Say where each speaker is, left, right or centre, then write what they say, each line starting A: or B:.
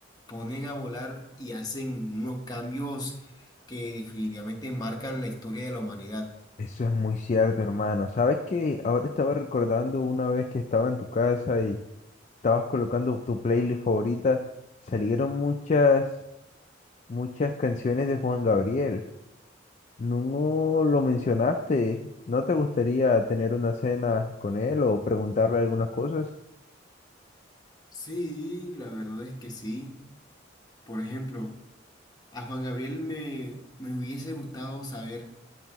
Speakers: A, on the left; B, on the left.
A: ponen a volar y hacen unos cambios que definitivamente marcan la historia de la humanidad.
B: Eso es muy cierto, hermano. Sabes que ahora estaba recordando una vez que estaba en tu casa y estabas colocando tu playlist favorita, salieron muchas, muchas canciones de Juan Gabriel. No lo mencionaste. ¿No te gustaría tener una cena con él o preguntarle algunas cosas?
A: Sí, la verdad es que sí. Por ejemplo, a Juan Gabriel me, me hubiese gustado saber